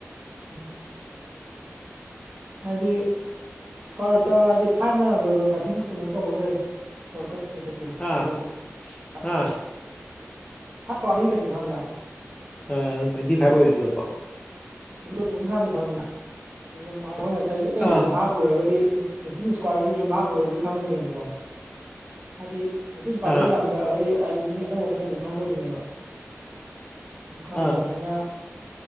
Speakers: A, on the right; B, on the left.
A: ꯎꯝ ꯍꯥꯏꯗꯤ ꯏꯁꯀ꯭ꯋꯥꯔ ꯔꯠꯇ ꯍꯥꯏꯗꯤ ꯐꯥꯏꯞꯅ ꯂꯣꯏꯕ ꯃꯁꯤꯡ ꯀꯩꯅꯣ ꯇꯧꯕꯩꯗꯏ ꯁꯣꯔꯠ ꯀꯠ ꯃꯦꯊꯠꯇꯨ
B: ꯑꯥ
A: ꯄꯨꯊꯣꯛꯄꯩ ꯐꯥꯔꯁ
B: ꯑꯥ
A: ꯁꯀ꯭ꯋꯥꯗꯤ ꯀꯩꯩꯅ ꯈꯪꯉꯤꯅ
B: ꯑ ꯇ꯭ꯋꯦꯟꯇꯤ ꯐꯥꯏꯚ ꯑꯣꯏꯔꯤꯗꫭꯀꯣ
A: ꯇ꯭ꯋꯦꯟꯇꯤ ꯇ꯭ꯋꯦꯟꯇꯤ ꯐꯥꯏꯚꯅꯤ ꯈꯪꯉꯤꯅ ꯑꯗꯨꯗ ꯑꯩꯈꯣꯏꯅ ꯑꯇꯩꯗꯨ
B: ꯑꯥ
A: ꯆꯦꯟꯐꯥ ꯄꯨꯔꯒꯗꯤ ꯐꯤꯞꯇꯤꯟ ꯏꯁꯀ꯭ꯋꯥꯔꯁꯨ ꯆꯤꯝꯐꯥ ꯄꯨꯔꯕꯗꯤ ꯈꯪꯗꯦꯅꯦꯕꯀꯣ ꯍꯥꯏꯗꯤ ꯐꯦꯇꯔꯤ ꯁꯨꯀꯥꯔꯁꯨ
B: ꯑꯥ
A: ꯌꯥꯝꯁꯤꯜꯂꯛꯑꯒꯗꯤ ꯍꯥꯏꯗꯤ ꯃꯤ ꯑꯅꯧꯕ ꯃꯤꯅꯗꯤ ꯈꯪꯉꯣꯏꯗꯣꯏꯅꯦꯕ ꯑꯗꯨ ꯈꯪꯗꯕꯅꯤꯅ
B: ꯑꯥ